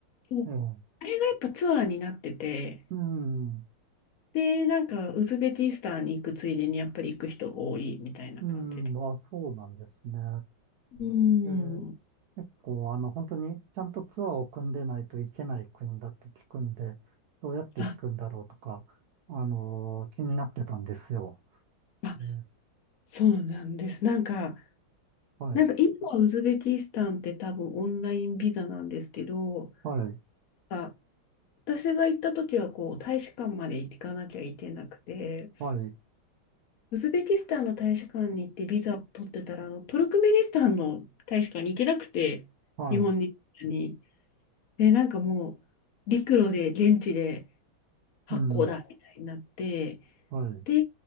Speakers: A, on the left; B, on the right.
A: そう
B: ええ。
A: あれがやっぱツアーになってて、
B: うん。
A: で、なんか、ウズベキスタンに行くついでに、やっぱり行く人が多いみたいな感じで。
B: うん。まあ、そうなんですね。
A: うん。
B: ええ結構、あの、本当にちゃんとツアーを組んでないといけない国だって聞くんで、どうやって行くんだろうとか、
A: あ、
B: あのー気になってたんですよ。
A: あ、
B: ええ
A: そうなんです。なんか、
B: はい。
A: なんか今はウズベキスタンって多分オンラインビザなんですけど、
B: はい。
A: あ、私が行った時はこう大使館まで行かなきゃいけなくて、
B: はい。
A: ウズベキスタンの大使館に行ってビザを取ってたら、あのトルクメニスタンの大使館に行けなくて、
B: はい。
A: 日本に行ったのに。で、なんかもう陸路で現地で発行だみたいになって、
B: うん。はい。
A: で、